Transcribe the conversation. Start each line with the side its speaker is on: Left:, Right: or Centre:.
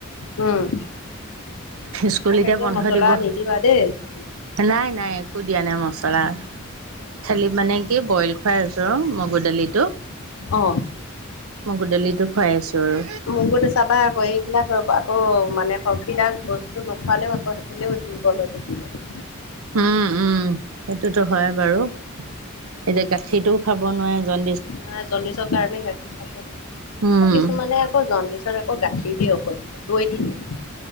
Left: উমঁ।
Right: স্কুল
Left: তাক
Right: এতিয়া
Left: একদম
Right: বন্ধ
Left: মছলা
Right: দিব
Left: নিদিবা দেই। খাবলৈ
Right: নাই নাই, একো দিয়া নাই মছলা, খালি মানে কি বইল খুৱাই আছো আৰু মগু দালিটো,
Left: অ
Right: মগু দালিটো খুৱাই আছো আৰু।
Left: মগুতো চাবা আকৌ এইবিলাক আকৌ মানে শক্তিদায় বস্তু টো নখোৱালেও আকৌ সেইফালেও দুৰ্বল হৈ থাকিব।
Right: হুম উমঁ' সেইটোতো হয় বাৰু এতিয়া গাখীৰটো খাব নোৱাৰে জন
Left: নাই জণ্ডিছৰ কাৰণে গাখীৰ খাব নোৱাৰে,
Right: উম
Left: কিছুমানে আকৌ জণ্ডিছ পিছত আকৌ গখীৰ দি ঔষধ দিয়ে, দৈ দি দিয়ে।